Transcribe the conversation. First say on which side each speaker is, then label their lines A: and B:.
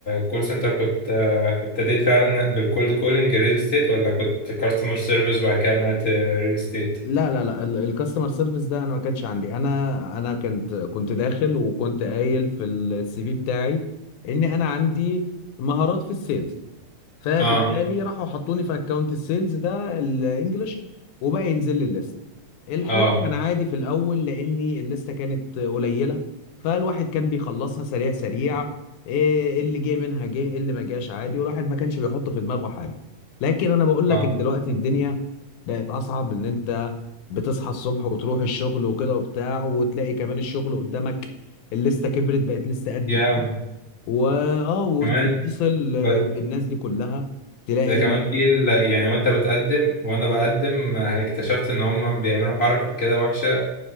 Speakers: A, on the left; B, on the left.
A: كول سنتر كنت آه، ابتديت فعلا بالكولد كولينج ريل استيت ولا كنت كاستمر سيرفيس وبعد كده نقلت ريل استيت
B: لا لا لا الكاستمر سيرفيس ده انا ما كانش عندي انا انا كنت كنت داخل وكنت قايل في السي في بتاعي ان انا عندي مهارات في السيلز فبالتالي
A: اه
B: راحوا حطوني في اكونت السيلز ده الانجليش وبقى ينزل لي الليست الحوار
A: اه
B: كان عادي في الاول لاني الليسته كانت قليله فالواحد كان بيخلصها سريع سريع إيه اللي جه منها جه إيه اللي ما جاش عادي والواحد ما كانش بيحط في دماغه حاجه لكن انا بقول لك
A: اه
B: ان دلوقتي الدنيا بقت اصعب ان انت بتصحى الصبح وتروح الشغل وكده وبتاع وتلاقي كمان الشغل قدامك الليسته كبرت بقت لسه قد
A: يا
B: كده واه وتتصل
A: كمان ب-
B: بالناس دي كلها تلاقي
A: ده كمان في ال... يعني وانت بتقدم وانا بقدم آه، اكتشفت ان هم بيعملوا حركة كده وحشة